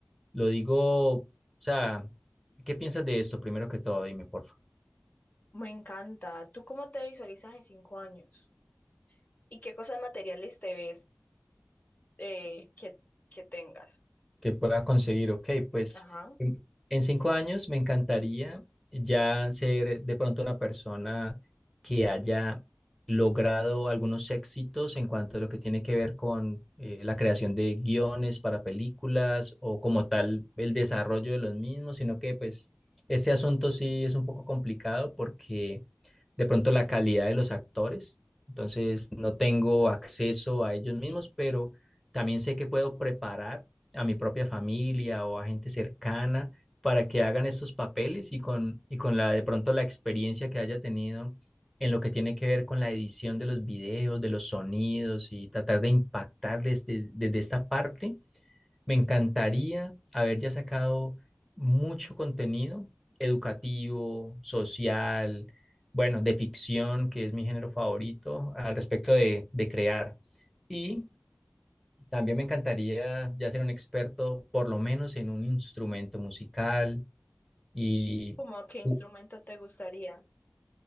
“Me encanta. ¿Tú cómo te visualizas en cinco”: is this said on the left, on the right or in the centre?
Left